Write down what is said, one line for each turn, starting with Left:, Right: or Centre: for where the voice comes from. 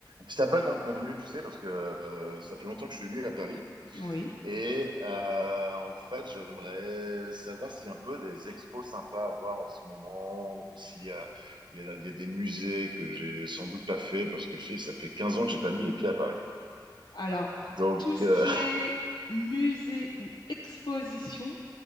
Right: Je t'appelle comme convenu, tu sais, parce que euh, ça fait longtemps que je suis venu à Paris.
Left: Oui.
Right: Et euh, en fait, j'aimerais savoir s'il y a un peu des expos sympas à voir en ce moment, ou s'il y a, il y a- il y a des musées que j'ai sans doute pas fait, parce que je sais, ça fait 15 ans que j'ai pas mis les pieds à Paris.
Left: Alors,
Right: Donc,
Left: euh, tout ce
Right: euh,
Left: qui est musée ou exposition,